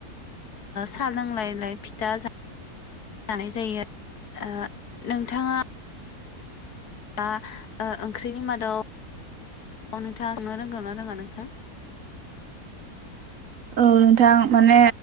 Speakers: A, on the left; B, on the right.
A: साहा लोंलाय लाय फिथा जानाय जायो ओ। नोंथाङा दा <unintelligible> ओंख्रिनि मादाव औ नोंथांंआ संनो रोंगौ ना रोङा नोंथां?
B: औ नोंथां माने